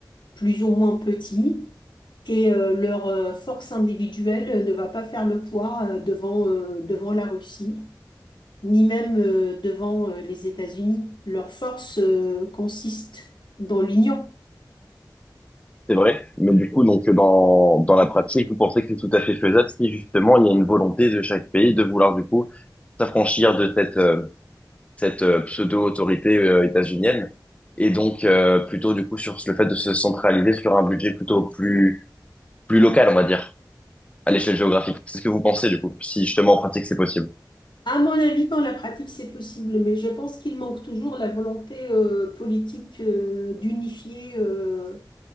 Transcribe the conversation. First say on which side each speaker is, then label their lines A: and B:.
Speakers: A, on the left; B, on the left.
A: plus ou moins petits, et euh, leur euh, force individuelle ne va pas faire le poids euh, devant, euh, devant la Russie, ni même euh, devant euh, les États-Unis. Leur force euh, consiste dans l'union.
B: C'est vrai, mais du coup, donc dans, dans la pratique, vous pensez que c'est tout à fait faisable si justement il y a une volonté de chaque pays de vouloir du coup s'affranchir de cette, euh, cette euh, pseudo-autorité euh, états-unienne et donc euh, plutôt du coup sur le fait de se centraliser sur un budget plutôt plus, plus local, on va dire, à l'échelle géographique. C'est ce que vous pensez du coup, si justement en pratique c'est possible.
A: À mon avis, dans la pratique, c'est possible, mais je pense qu'il manque toujours la volonté euh, politique euh, d'unifier euh,